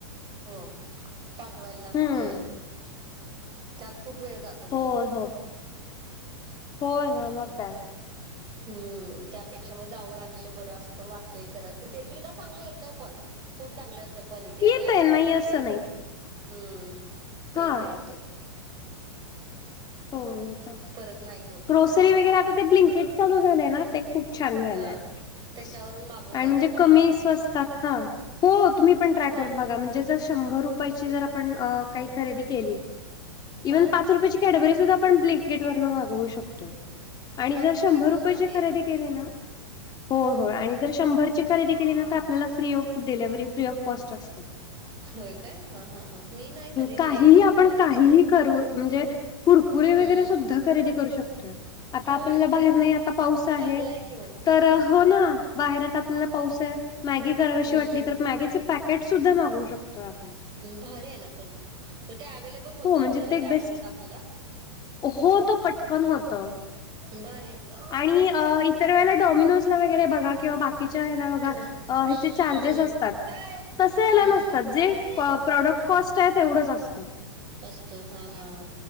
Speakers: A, on the right; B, on the left.
A: हो पाठवायला लागत
B: हम्म
A: त्यात खूप वेळ जात
B: होय हो होय ना मग काय.
A: हम्म! त्यापेक्षा मग जाऊन आणलेलं बरं असं पण वाटतंय कदाचित ते एक एकदा चांगलं येतय पण. खूप चांगलं असतं क्वालिटी आणि
B: येतय
A: अस
B: नाही
A: पण वाटतय
B: असं
A: की,
B: नाही.
A: हम्म येते
B: हा
A: येते.
B: हो येत
A: परत नाही होत
B: ग्रोसरी
A: मग तस
B: वगैरे आता ते ब्लिंकेट चालू झाले ना ते खूप छान झालय
A: हा
B: आणि
A: त्याच्यावरून मागवताय
B: म्हणजे
A: का तुम्ही
B: कमी स्वस्तात ह. हो तुम्ही पण ट्राय
A: हा
B: करून
A: हा
B: बघा म्हणजे जर शंभर रुपयाची जर आपण अ काही खरेदी केली इव्हन
A: हा
B: पाच रुपयाची कॅडबरी सुद्धा आपण ब्लिंकीटवरण मागवू शकतोय. आणि
A: पाच
B: जर
A: रुपये
B: शंभर
A: पासून
B: रुपयाची
A: आहे
B: खरेदी केली ना होय होय आणि जर शंभरची खरेदी केली ना, तर आपल्याला free of delivery free of cost असते.
A: होय काय हा हा हा मी नाही कधी
B: काहीही
A: ते
B: आपण
A: नाहीच
B: काहीही
A: घेतलं.
B: म्हणजे कुरकुरे वगैरे
A: हम्म
B: सुद्धा खरेदी करू शकतोय. आता
A: होय
B: आपल्याला बाहेर नाही आता पाऊस आहे.
A: चांगला कि मग
B: तर हो ना बाहेरात आपल्याला पाऊस आहे मॅगी करावीशी
A: हम्म
B: वाटली तर मॅगीच पॅक पॅकेट सुद्धा मागवू शकतोय आपण.
A: भारी आहे ना पण. ते अव्हेलेबल होतं
B: हो
A: आपल्याला
B: म्हणजे ते
A: त्या वेळेत
B: बेस्ट
A: आपल्याला.
B: हो तो पटकन होत.
A: भारी आहे
B: आणि अ इतर वेळेला डॉमिनोज वगैरे बघा किंवा बाकीच्या हेला बघा,
A: हा
B: हेचे चार्जेस
A: हम्म
B: असतात. तस याला
A: हम्म
B: नसतात. जे प्रॉडक्ट कॉस्ट आहे तेवढंच असतं.
A: असत हा हा हा.